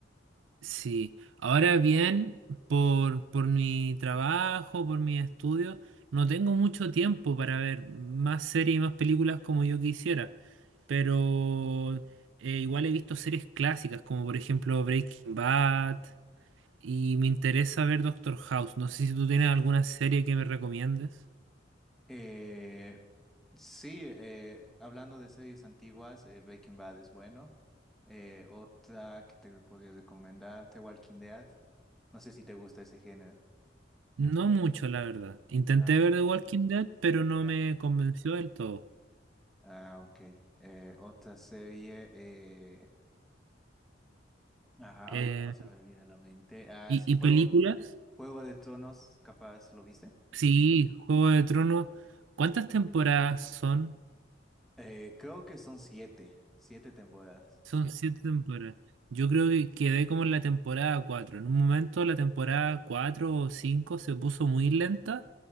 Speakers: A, on the right; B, in the centre.
A: Sí, ahora bien, por, por mi trabajo, por mis estudios, no tengo mucho tiempo para ver más series y más películas como yo quisiera, pero eh, igual he visto series clásicas como por ejemplo Breaking Bad y me interesa ver Doctor House. No sé si tú tienes alguna serie que me recomiendes.
B: Eh, sí, eh, hablando de series antiguas, eh, Breaking Bad es bueno. Eh, otra que te podría recomendar, The Walking Dead. No sé si te gusta ese género.
A: No mucho, la verdad. Intenté
B: Ah,
A: ver The Walking Dead, pero no
B: ya.
A: me convenció del todo.
B: Ah, ok. Eh, otra serie. Eh... ajá,
A: Eh,
B: ahorita no se me viene a la mente. Ah,
A: ¿Y,
B: sí,
A: y
B: Juego,
A: películas?
B: Juego de Tronos, capaz, ¿lo viste?
A: Sí, Juego de Tronos. ¿Cuántas temporadas son?
B: Eh, creo que son siete, siete temporadas.
A: Son siete temporadas. Yo creo que quedé como en la temporada cuatro. En un momento la temporada cuatro o cinco se puso muy lenta